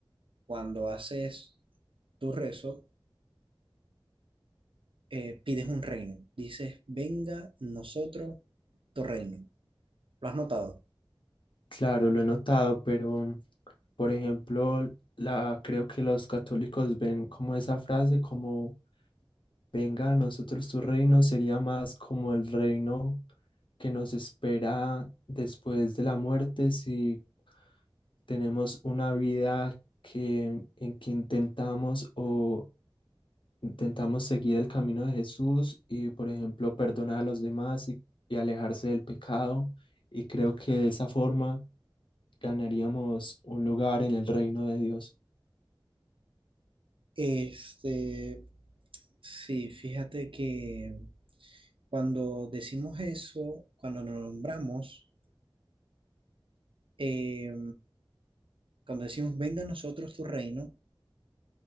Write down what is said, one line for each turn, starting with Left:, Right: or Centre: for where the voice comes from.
Right: cuando haces tu rezo, eh, pides un reino. Dices, venga nosotros tu reino. ¿Lo has notado?
Left: Claro, lo he notado, pero por ejemplo, la, creo que los católicos ven como esa frase como venga a nosotros tu reino, sería más como el reino que nos espera después de la muerte si tenemos una vida que, en que intentamos o intentamos seguir el camino de Jesús y por ejemplo perdonar a los demás y, y alejarse del pecado. Y creo que de esa forma ganaríamos un lugar en el reino de Dios.
Right: Este, sí, fíjate que... Cuando decimos eso, cuando nos nombramos, eh, cuando decimos venga a nosotros tu reino,